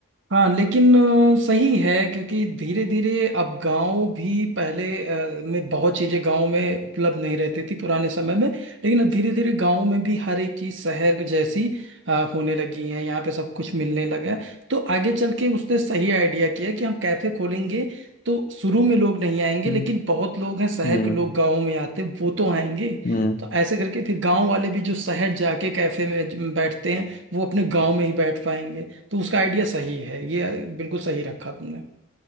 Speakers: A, on the right; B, on the left.
A: हाँ लेकिन अ, सही है क्योंकि धीरे धीरे अब गांव भी पहले अ, में बहुत चीजें गांव में उपलब्ध नहीं रहती थी पुराने समय में लेकिन अब धीरे धीरे गांव में भी हर एक चीज शहर की जैसी अ, होने लगी है यहाँ पे सब कुछ मिलने लगा है तो आगे चल के उसने सही आइडिया किया कि हम कैफे खोलेंगे तो शुरू में लोग नहीं आएंगे
B: हम्म
A: लेकिन बहुत लोग हैं शहर
B: हम्म
A: के लोग गाँव में आते हैं, वो तो आएंगे
B: हम्म।
A: तो ऐसे करके फिर गांव वाले भी जो शहर जाके कैफे में ज- बैठते हैं वो अपने गांव में ही बैठ पाएंगे तो उसका आइडिया सही है ये बिल्कुल सही रखा तुमने